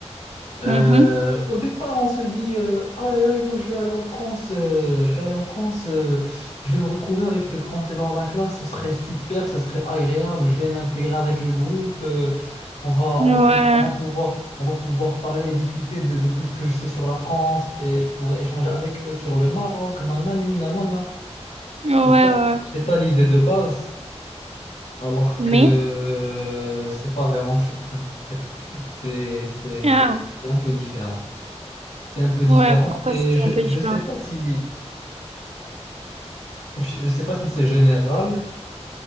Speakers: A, on the left; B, on the right.
A: Euh,
B: Mhm.
A: au départ, on se dit, euh, aïe, aïe, moi je vais aller en France, euh, je vais aller en France, euh, je vais me retrouver avec des Français dans la classe, ce serait super, ce serait agréable, je vais m'intégrer avec le groupe, euh, on va,
B: Ouais,
A: on va, pou- on va pouvoir, on va pouvoir parler et discuter de, de tout ce que je sais sur la France et je pourrais échanger avec eux sur le Maroc, manani, nanana.
B: ouais,
A: C'est ça,
B: ouais.
A: c'est ça l'idée de base. Alors
B: Mais,
A: que euh, c'est pas vraiment ça. <laughs> c'est c'est c'est-
B: ah,
A: c'est un peu différent. C'est un peu différent
B: ouais, pourquoi
A: et
B: c'était
A: je
B: un peu
A: je
B: différent?
A: sais pas si je, je sais pas si c'est général.